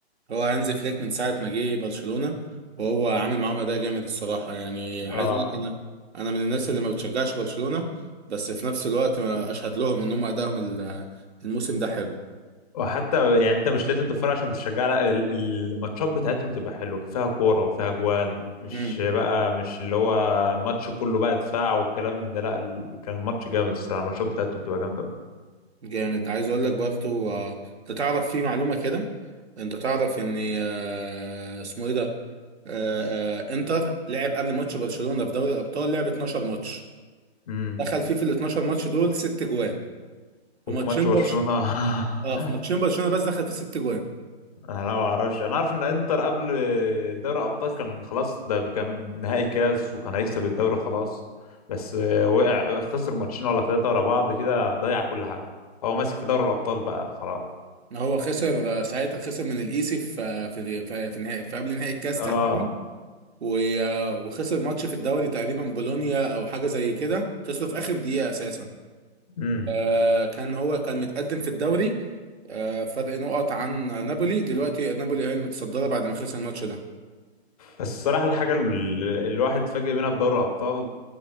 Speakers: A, on the right; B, on the left.
A: هو هانز فليك من ساعة ما جه برشلونة وهو عامل معاهم أداء جامد الصراحة يعني عايز
B: اه
A: أقول لك أنا أنا من الناس اللي ما بتشجعش برشلونة بس في نفس الوقت أشهد لهم إن هم أدائهم ال- الموسم ده حلو
B: وحتى يعني انت مش لازم تتفرج عشان بتشجع لا ال- الماتشات بتاعتهم تبقى حلوه فيها كوره وفيها جوان مش
A: امم
B: بقى مش اللي هو الماتش كله بقى دفاع والكلام من ده لا ال- كان الماتش جامد الصراحه الماتشات بتاعتهم تبقى جامده أوي.
A: جامد عايز أقول لك برضو آه، أنت تعرف في معلومة كده أنت تعرف إن آه، اسمه إيه ده آه، آه، إنتر لعب قبل ماتش برشلونة في دوري الأبطال لعب 12 ماتش
B: امم
A: دخل فيه في ال 12 ماتش دول ست جوان في
B: وفي
A: ماتشين
B: ماتش برشلونه
A: برش...
B: <laughs>
A: اه في ماتشين برشلونة بس دخل فيه ست جوان
B: انا ما اعرفش انا عارف ان انتر قبل دوري ابطال كان خلاص ده كان نهائي كاس وكان هيكسب الدوري خلاص بس وقع خسر ماتشين ولا ثلاثه ورا بعض كده ضيع كل حاجه هو ماسك في دوري الابطال بقى خلاص
A: هو خسر ساعتها خسر من الايسي في في في في, نهاية في قبل نهائي الكاس تقريبا
B: اه
A: و- وخسر ماتش في الدوري تقريبا بولونيا او حاجه زي كده خسره في اخر دقيقه اساسا
B: امم
A: وكان هو كان متقدم في الدوري آه، فرق نقط عن نابولي دلوقتي نابولي هي المتصدره بعد ما خسر الماتش ده
B: بس الصراحة الحاجة اللي الواحد اتفاجئ منها في دوري الأبطال